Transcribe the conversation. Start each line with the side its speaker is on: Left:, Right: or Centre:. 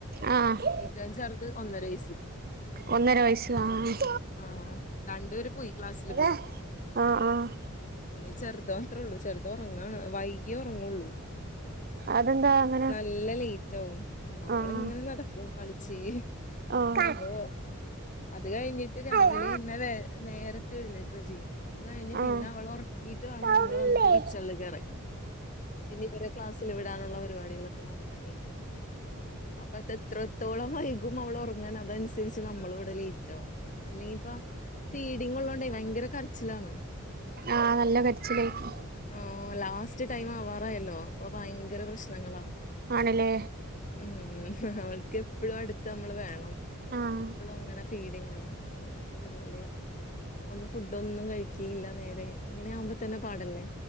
Right: ആഹ്
Left: ഏറ്റവും ചെറുത് ഒന്നര വയസ്സ്
Right: ഒന്നര വയസ്സ് ആഹ്
Left: ആഹ് രണ്ടുപേര് പോയി ക്ലാസ്സില് പോയി
Right: ആഹ് ആഹ് ആഹ്
Left: ഇനി ചെർത് മാത്രയൊള്ളൂ ചെർതൊർങ്ങാണ് വൈകിയേ ഒർങ്ങോള്ളൂ.
Right: അതെന്താ അങ്ങനെ?
Left: നല്ല ലേറ്റാവും അവള്
Right: ആഹ്
Left: ഇങ്ങനെ നടക്കും കളിച്ച്
Right: ആഹ്
Left: അപ്പൊ
Right: ആഹ് ആഹ്
Left: അത് കഴിഞ്ഞിട്ട് രാവിലെ
Right: ആഹ്
Left: ഇന്ന് വെ നേരത് ത്തെ എഴുന്നേക്കചെയ്യും അത് കഴിഞ്ഞ്
Right: ആഹ്
Left: പിന്നെ അവളൊർ ക്കീട്ട് വാണം
Right: ആഹ്
Left: ന്നമ്മള്
Right: അങ്ങനെ
Left: വന്ന്ട്ട് കിച്ചൺല് കേറാൻ. പിന്നെ ഇവരെ ക്ലാസ്സിൽ വിടാനുള്ള പരിപാടികളൊക് ക്കെ നോക്കാനായ്ട്ട് അപ്പത്തത്രത്തോളം വൈകും അവള് ഒർങ്ങാൻ അതനുസരിച്ച് ന്നമ്മളും ഇവടെ ലേയ്റ്റാവും. അല്ലെങ്കിപ്പോ ഫീഡിങ്ങ്ള്ളോണ്ടേയ് ഭയങ്കര കര്ച്ചിലാണ്.
Right: ആഹ് നല്ല കരിച്ചിലായ്ക്കും.
Left: ആഹ് ലാസ്റ്റ് ടൈം ആവാറായല്ലോ അപ്പൊ ഭയങ്കര പ്രശ്നങ്ങളാ.
Right: ആണ്ല്ലേ
Left: ഉം ഓൾക്കെപ്പഴും അടുത്ത് അമ്മള് വേണം.
Right: ആഹ്
Left: എപ്പളും അങ്ങനെ ഫീഡെയ്യണം അങ്ങനത്തെ പരിപാടിയ. ഒന്ന് ഫുഡോന്നും കഴിക്കയില്ല നേരെ ഇങ്ങനെ ആവുമ്പോ തന്നെ പാടല്ലേ.